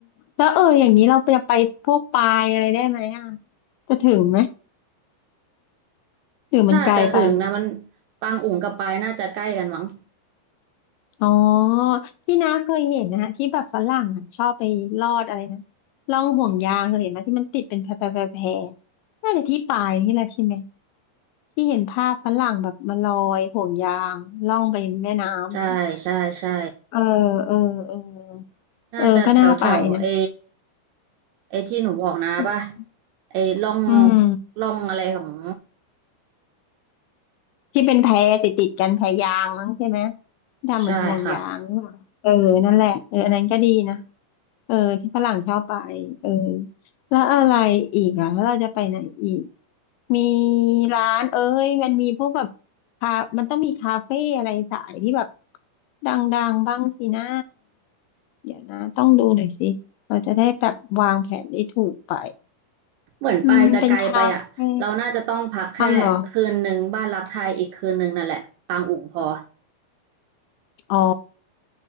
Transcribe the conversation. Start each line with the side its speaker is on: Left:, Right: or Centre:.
Left: แล้วเอออย่างนี้เราจะไปพวกปายอะไรได้ไหมอ่ะจะถึงไหมหรือมันไกลไป
Right: น่าจะถึงนะมันปางอุ๋งกับปายน่าจะใกล้กันมั้ง
Left: อ๋อที่น้าเคยเห็นนะฮะที่แบบฝรั่งอ่ะชอบไปลอดอะไรนะล่องห่วงยางเคยเห็นไหมที่มันติดเป็นแพรแพรแพรแพรน่าจะที่ปายนี่แหละใช่ไหมที่เห็นภาพฝรั่งแบบมาลอยห่วงยางล่องไปแม่น้ำเนี่ย
Right: ใช่ใช่ใช่
Left: เออเออเออ
Right: น่าจะแถวแถวเอ
Left: เออก็น่าไปนะ
Right: ไอที่หนูบอกนะป่ะ
Left: อืม
Right: ไอล่อง
Left: อืม
Right: ล่องอะไรของ
Left: ที่เป็นแพติดติดกันแพยางมั้งใช่ไหมที่ทำเหมือนห่วงยางหรือเปล่าเออนั่นแหละเอออันนั้นก็ดีนะ
Right: ใช่ค่ะ
Left: เออที่ฝรั่งชอบไปเออแล้วอะไรอีกอ่ะแล้วเราจะไปไหนอีกมีร้านเอ้ยมันมีพวกแบบคามันต้องมีคาเฟ่อะไรสายที่แบบดังๆบ้างสินะเดี๋ยวนะต้องดูหน่อยสิเราจะได้แบบวางแผนได้ถูกไป
Right: เหมือนปายจะไกลไปอ่ะเราน่าจะต้องพักแค่คืนหนึ่งบ้านรักไทยอีกคืนหนึ่งนั่นแหละปางอุ๋งพอ
Left: อืมเป็นคาเฟ่เอาเหรออ๋อ